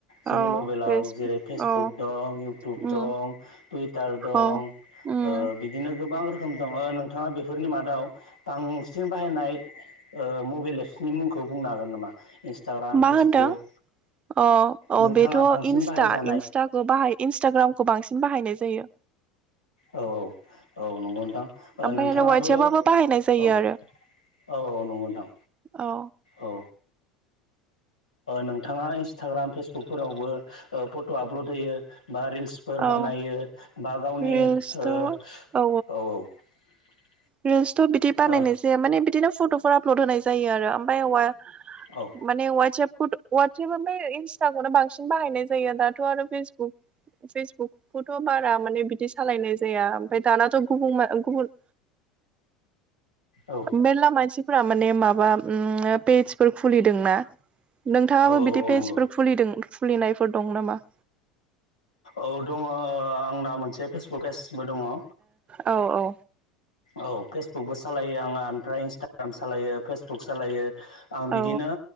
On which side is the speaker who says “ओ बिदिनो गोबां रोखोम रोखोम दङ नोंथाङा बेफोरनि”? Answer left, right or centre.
Left